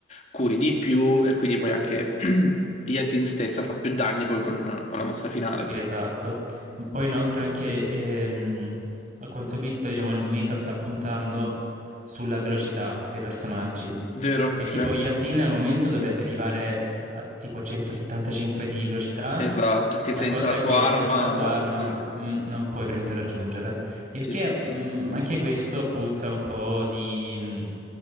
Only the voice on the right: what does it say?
Sì, esatto. Poi inoltre anche, ehm, a quanto ho visto, diciamo, il meta sta puntando sulla velocità dei personaggi.
E
tipo Yasin al momento dovrebbe arrivare a tipo 175 di velocità,
una
cosa
che
senza la sua
arma
mm, non puoi prendere a raggiungere. Il
che mm, anche questo puzza un po' di, mm,